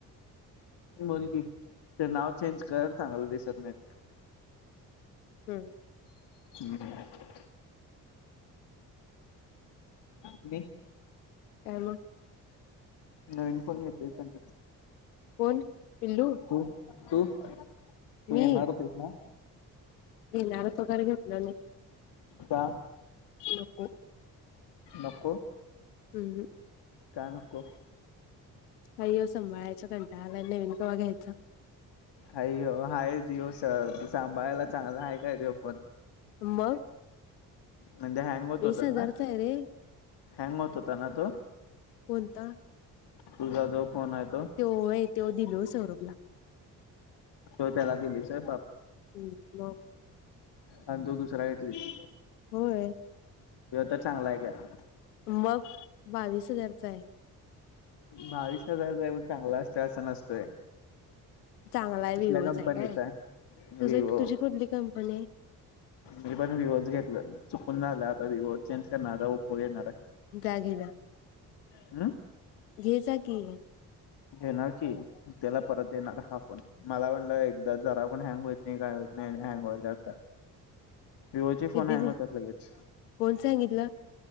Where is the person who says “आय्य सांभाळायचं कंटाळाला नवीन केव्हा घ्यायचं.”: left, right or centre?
Left